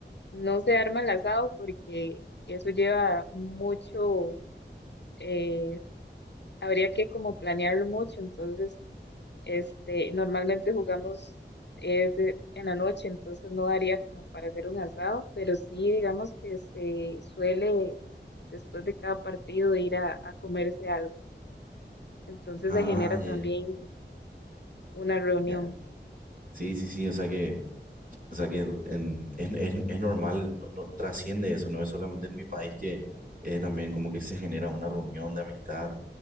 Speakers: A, on the left; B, on the right.
A: No se arma el asado porque eso lleva mucho, eh, habría que como planearlo mucho, entonces este, normalmente jugamos es de- en la noche, entonces no daría como para hacer un asado, pero sí digamos que se suele después de cada partido ir a, a comerse algo. Entonces
B: Ah,
A: se genera
B: ya,
A: también
B: ya,
A: una reunión.
B: ya. Sí, sí, sí, o sea que O sea que en- es, es- es normal, no, no trasciende eso, no es solamente en mi país que eh, también como que se genera una reunión de amistad.